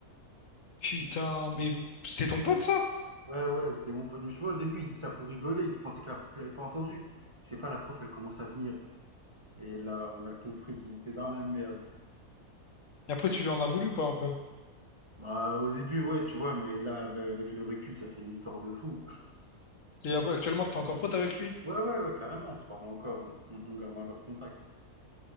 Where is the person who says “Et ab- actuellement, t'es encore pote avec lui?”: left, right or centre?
Left